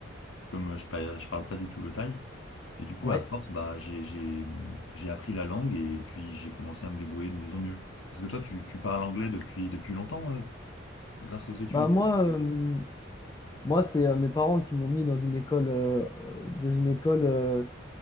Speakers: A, on the left; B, on the left.
A: comme euh, je, pa- je parle pas du tout le thaï. Et du coup,
B: Ouais.
A: à force, bah, j'ai, j'ai, j'ai appris la langue et puis j'ai commencé à me débrouiller de mieux en mieux. Parce que toi, tu, tu parles anglais depuis, depuis longtemps, euh, grâce aux études
B: Bah
A: et
B: moi,
A: tout ça
B: euh, Moi, c'est euh, mes parents qui m'ont mis dans une école, euh, euh, dans une école, euh,